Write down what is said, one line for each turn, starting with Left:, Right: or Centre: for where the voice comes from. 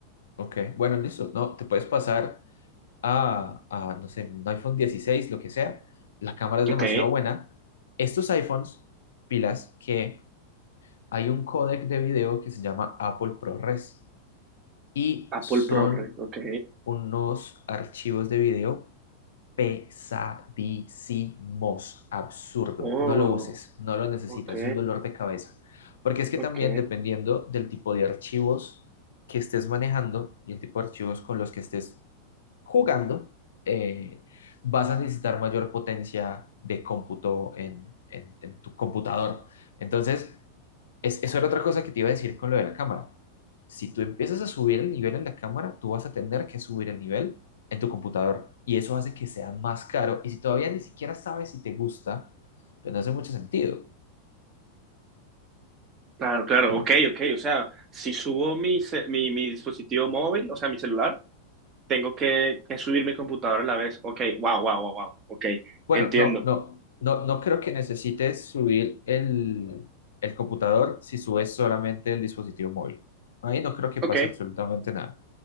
Left: Ok, bueno, listo. No, te puedes pasar a, a, no sé, un iPhone 16, lo que sea. La cámara es demasiado
Right: Ok,
Left: buena. Estos iPhones, pilas, que hay un códec de video que se llama Apple ProRes y son
Right: Apple ProRes, ok.
Left: unos archivos de video pesadísimos, absurdo.
Right: Oh,
Left: No lo uses, no lo necesitas,
Right: ok,
Left: es un dolor de cabeza. Porque es que
Right: ok.
Left: también dependiendo del tipo de archivos que estés manejando y el tipo de archivos con los que estés jugando, eh, vas a necesitar mayor potencia de cómputo en, en- en tu computador. Entonces, es, eso era otra cosa que te iba a decir con lo de la cámara. Si tú empiezas a subir el nivel en la cámara, tú vas a tener que subir el nivel en tu computador y eso hace que sea más caro. Y si todavía ni siquiera sabes si te gusta, pues no hace mucho sentido.
Right: Claro, claro,
Left: ¿no?
Right: ok, ok. O sea, si subo mi, ce- mi, mi dispositivo móvil, o sea, mi celular, tengo que, que subir mi computadora a la vez. Ok, wow, wow, wow, wow. Ok,
Left: Bueno,
Right: entiendo.
Left: no, no, no, no creo que necesites subir el, el computador si subes solamente el dispositivo móvil. Ahí no creo que
Right: Ok,
Left: pase absolutamente nada,